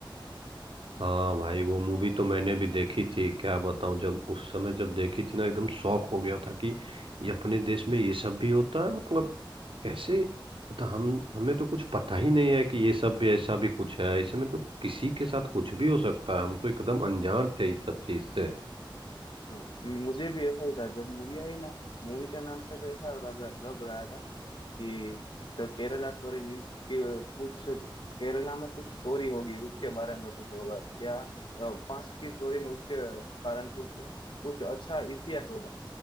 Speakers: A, on the right (about 80°); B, on the left (about 65°).
A: हाँ भाई वो मूवी तो मैंने भी देखी थी क्या बताऊं जब उस समय जब देखी थी ना एकदम शौक हो गया था कि ये अपने देश में ये सब भी होता है मतलब कैसे मतलब हम हमें तो कुछ पता ही नहीं है कि ये सब भी ऐसा भी कुछ है इसमें तो किसी के साथ कुछ भी हो सकता है हम तो एकदम अनजान थे इस सब चीज से
B: हाँ मुझे भी ऐसा ही था जब मूवी आई ना मूवी का नाम से तो ऐसा लग लग रहा था कि द केरला स्टोरी मीन्स कि कुछ केरला में कुछ स्टोरी होगी उसके बारे में कुछ होगा क्या पास्ट की स्टोरी में उसके कारण कुछ कुछ अच्छा इतिहास होगा